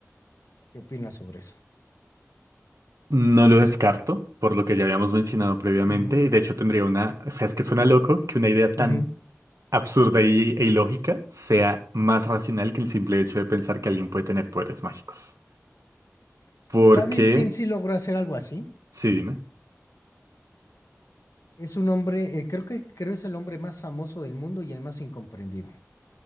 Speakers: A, on the left; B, on the right.
A: ¿Qué opinas sobre eso?
B: No lo descarto, por lo que ya habíamos mencionado previamente,
A: Ujú,
B: y de hecho tendría una, o sea, es que suena loco que una idea tan
A: ujú.
B: absurda y, e ilógica sea más racional que el simple hecho de pensar que alguien puede tener poderes mágicos.
A: ¿Sabes
B: Porque,
A: quién sí logró hacer algo así?
B: sí, dime,
A: Es un hombre, eh, creo que creo es el hombre más famoso del mundo y el más incomprendido.